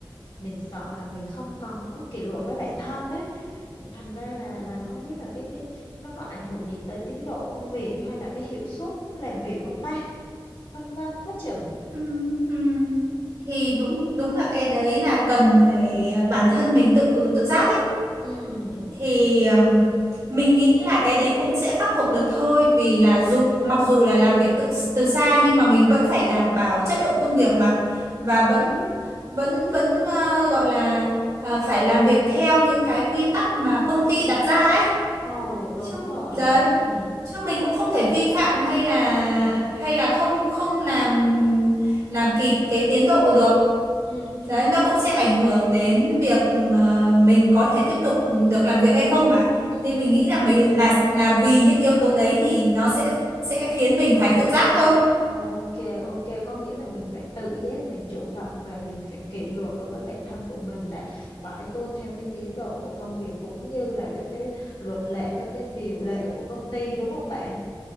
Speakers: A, on the left; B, on the right.
A: mình sợ là mình không có kỷ luật với bản thân đấy thành ra là là không biết là cái cái nó có ảnh hưởng gì tới tiến độ công việc hay là cái hiệu suất làm việc không ta phân vân quá chừng
B: Ừ, ừ. thì đúng đúng là cái đấy là cần phải bản thân mình tự tự giác ấy
A: ừ
B: thì um, mình nghĩ là cái đấy cũng sẽ khắc phục được thôi vì là dù mặc dù là làm việc tự từ xa nhưng mà mình vẫn phải đảm bảo chất lượng công việc mà và
A: ừ.
B: vẫn vẫn vẫn ờ, gọi là ờ, phải làm việc theo những cái quy tắc mà công ty đặt ra ấy
A: ồ đúng
B: chứ
A: rồi
B: đấy
A: nhỉ ừ
B: chứ mình cũng không thể vi phạm hay là
A: ừ
B: hay là không không làm làm kịp cái tiến độ được
A: ừ
B: Đấy, nó cũng sẽ ảnh hưởng đến việc ờ, mình có thể tiếp tục được làm việc hay không mà.
A: ừ
B: Nên mình nghĩ là mình là là vì những yếu tố đấy thì nó sẽ sẽ khiến mình phải tự giác thôi.
A: Ok, ok, có nghĩa là mình phải tự giác, mình chủ động và mình phải kỷ luật đối với bản thân của mình là phải tuân theo cái tiến độ của công việc cũng như là các cái luật lệ, các cái điều lệ của công ty đúng không bạn?